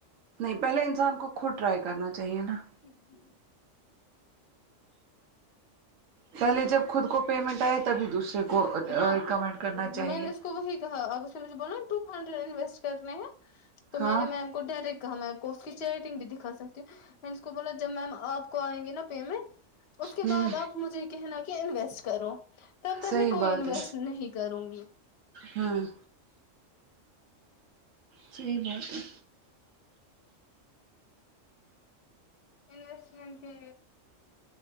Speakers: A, on the right; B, on the left.
A: نہیں پہلے انسان کو خود ٹرائی کرنا چاہیے نا
B: <inaudible>
A: پہلے جب خود کو پیمنٹ آیا تبھی دوسرے کو ریکمینڈ
B: ہاں
A: کرنا
B: میں
A: چاہیے
B: نے اس کو وہی کہا اب اس نے مجھے بولا ٹو ہنڈریڈ انویسٹ کرنے ہیں تو میں
A: ہاں
B: نے میم کو ڈائریکٹ کہا میں آپ کو اس کی چیٹنگ بھی دکھا سکتی ہوں میں اس کو بولا جب میم آپ کو آئیں گی نا پیمنٹ اس کے
A: ہوں
B: بعد آپ مجھے یہ کہنا کہ انویسٹ کرو تب تک
A: صحیح
B: میں کوئی
A: بات
B: انویسٹ
A: ہے
B: نہیں کروں گی
A: ہاں صحیح بات ہے
B: انوسٹمنٹ کے